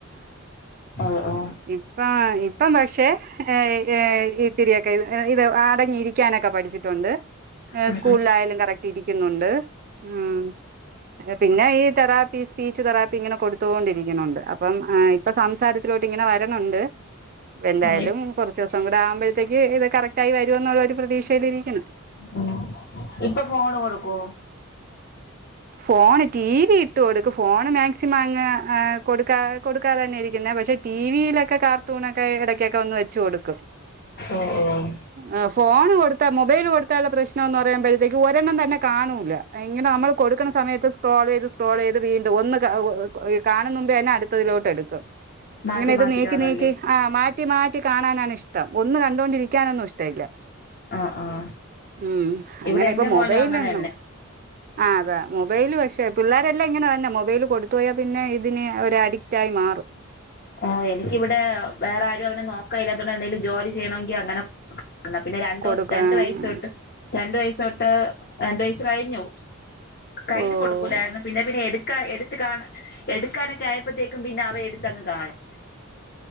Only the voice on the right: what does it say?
ഇപ്പൊ ആ ഇപ്പം പക്ഷേ ഏ ഏ ഇത്തിരിയൊക്കെ എ ഇത് അടങ്ങിയിരിക്കാനൊക്കെ പഠിച്ചിട്ടു ണ്ട് ഏ
സ്കൂളിലായാലും കറക്റ്റ് ഇരിക്കുന്നുണ്ട് ഉം എ പിന്നെ ഈ തറാപീസ് സ്പീച്ച് തെറാപ്പി ഇങ്ങനെ കൊട്ത്തോണ്ടിരിക്ക്ണുണ്ട് അപ്പം ഇപ്പൊ സംസാരത്തിലോട്ടിങ്ങനെ വര്ന്നുണ്ട് പ്പൊ എന്തായാലും
കൊർച്ചോസം കൂടെ ആവുമ്പഴത്തേക്ക് ഇത് കറക്റ്റായി വരുംന്നുള്ള ഒര് പ്രതീക്ഷയിലിരിക്കന്ന്
ഫോണ് ടീവി ഇട്ട് കൊടുക് ഫോണ് മാക്സിമം അങ്ങ് എ കൊട്ക്കാ കൊട്ക്കാതെ തന്നെ ഇരിക്ക്ന്നെ പക്ഷെ ടീവിയിലൊക്കെ കാർട്ടൂണൊക്കെ എടക്കൊക്കെ ഒന്ന് വെച്ച് കൊട്ക്കും
ആ ഫോണ് കൊട് ത്ത മൊബൈല് കൊടുത്താൽള്ള പ്രശ്നം എന്ന് പറയുമ്പഴത്തേക്ക് ഒരെണ്ണം തന്നെ കാണൂല്ല ഇങ്ങനെ നമ്മള് കൊട്ക്ക്ണ സമയത്ത് സ് ക്രോളെയ്ത് സക്രോളെയ്ത് വീണ്ടും ഒന്ന് കാ കാണുന്നുമ്പേ തന്നെ അടുത്തതിലോട്ട് എട്ക്കും
ഇങ്ങനെ ഇത്
നീക്കി
നീക്കി ആ മാറ്റി മാറ്റി കാണാനാണ് ഇഷ്ടം ഒന്ന് കണ്ടാേണ്ടിരിക്കാനൊന്നും ഇഷ്ടവില്ല
ഉം അങ്ങനെ
ഇപ്പൊ
മൊബൈല് അങ്ങനെ
ആ അതാ മൊബൈല് പക്ഷെ പിള്ളേരെല്ലാം ഇങ്ങനെ തന്നെ മൊബൈല് കൊട്ത്തു പോയാ പിന്നെ ഇതിന് ഒരഡിക്റ്റായി മാറും
കൊടുക്ക
ആ.
ഓ